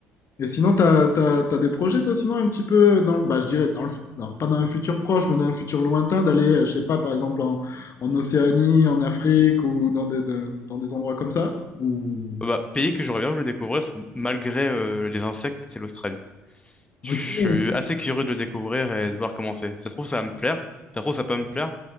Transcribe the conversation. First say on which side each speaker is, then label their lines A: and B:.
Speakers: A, on the left (about 45°); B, on the left (about 15°).
A: Et sinon, t'as, t'as, t'as des projets, toi, sinon, un petit peu dans le, bah, je dirais, dans le, fu- dans- pas dans un futur proche, mais dans un futur lointain, d'aller, euh, je sais pas, par exemple, en, en Océanie, en Afrique ou dans des, de- dans des endroits comme ça? Ou...
B: Euh, Bah, pays que j'aurais bien voulu découvrir, c'est- malgré euh, les insectes, c'est l'Australie. Je
A: Ok.
B: suis assez curieux de le découvrir et de voir comment c'est. Ça se trouve, ça va me plaire. Ça se trouve, ça peut me plaire.